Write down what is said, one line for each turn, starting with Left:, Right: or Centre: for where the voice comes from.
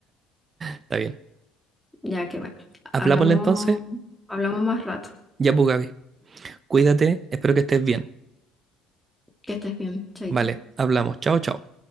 Right: Está bien.
Centre: ya que bueno,
Right: Hablámosle
Centre: hablamos,
Right: entonces.
Centre: hablamos más rato.
Right: Ya, pues, Gaby. Cuídate. Espero que estés bien.
Centre: Que estés bien, chaito.
Right: Vale, hablamos. Chao, chao.